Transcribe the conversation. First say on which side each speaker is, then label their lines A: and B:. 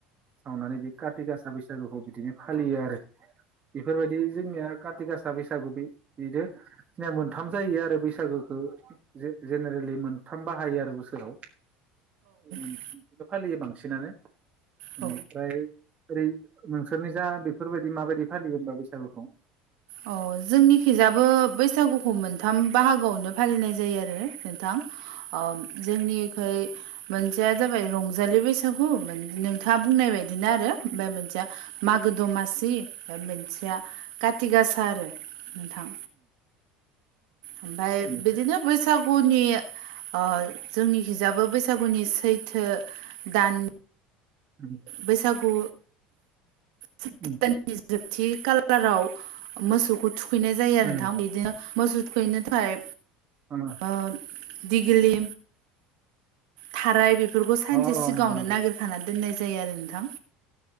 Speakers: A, on the right; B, on the right.
A: सावनानै बे कारति गासा बैसागुखौ बिदिनो फालियो आरो बेफोरबायदि जोंनिया काति गासा बैसागु बे बिदि जोंनिया मोनथाम जायो आरो बैसागु जे-जेनेरेलि मोनथाम बाहायो आरो बोसोराव उम।
B: औ
A: फालियो बांसिनानो बेनिफ्राय
B: औ
A: ओरै नोंसोरनि जा बेफोरबायदि माबायदि फालियो होमबा बैसागुखौ?
B: अ जोंनि खैजाबो बैसागुखौ मोनथाम बाहागोआवनो फालिनाय जायो आरो नोंथां। ओ जोंनिखै मोनसेया जाबाय रंजालि बैसागु नों थाङा बुंनाय बायदिनो आरो ओमफ्राय मोनसेया मागो दमासि ओमफ्राय मोनसेया काति गासा आरो नोंथां ओमफ्राय
A: बेनिफ्राय
B: बिदिनो बैसागुनि ओ जोंनिखिजाबो बैसागुनि सैथो दान
A: उम,
B: बैसागु सैथो
A: उम,
B: दाननि जोबथि खाालाराव मोसौखौ थुखैनाय जायो
A: उम,
B: नोंथां बिदिनो मोसौ थुखैनो थाखाय
A: आंना
B: ओ दिगिलि थाराय बेफोरखौ सानसे
A: अ अ,
B: सिगाङावनो
A: नंगौ नंगौ
B: नागिर खाना दोननाय जायो आरो नोंथां।